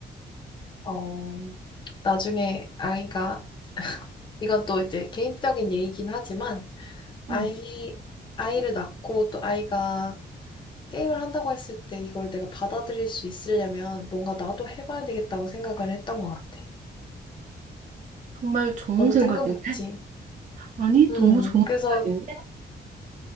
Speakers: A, on the left (about 25°); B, on the right (about 45°).
A: 어 나중에 아이가 이건 또 이제 개인적인 얘기긴 하지만 아이
B: 응.
A: 아이를 낳고 또 아이가 게임을 한다고 했을 때 이걸 내가 받아들일 수 있으려면 뭔가 나도 해봐야 되겠다고 생각을 했던 것 같아.
B: 정말 좋은
A: 너무
B: 생각인데?
A: 뜬금없지.
B: 아니,
A: 음,
B: 너무 좋은
A: 그래서,
B: 생각인데?